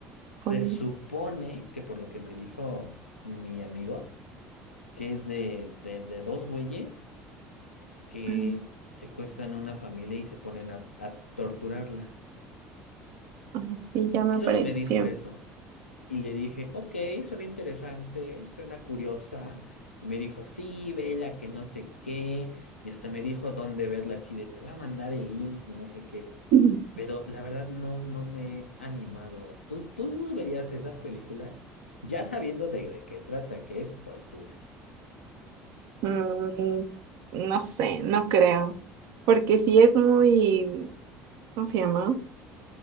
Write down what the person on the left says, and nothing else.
Se
supone que por lo que me dijo mi amigo, que es de, de, de dos güeyes que
secuestran a una familia y se ponen a, a torturarla.
Solo
me dijo eso. Y le dije, ok, suena interesante, suena curiosa. Y me dijo, sí, vela, que no sé qué. Y hasta me dijo dónde verla, así de, te voy a mandar el link y no sé qué.
pero la verdad no, no me he animado. ¿Tú, tú verías esa película ya sabiendo de, de qué trata, que es torturas?
Porque